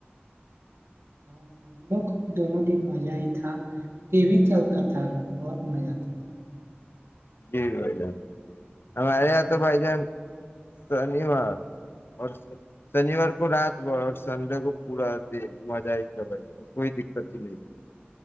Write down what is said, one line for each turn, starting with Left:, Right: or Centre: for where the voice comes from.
Right: ہاں ہم لوگ کو بھی دونوں دن مزہ ہی تھا ٹی وی چلتا تھا بہت مزہ آتا تھا
Left: جی بھائی جان ہمارے یہاں تو بھائی جان شنیوار اور شنیوار کو رات ب اور سنڈے کو پورا دن مزہ ہی تھا بھائی جان کوئی دقت ہی نہیں تھی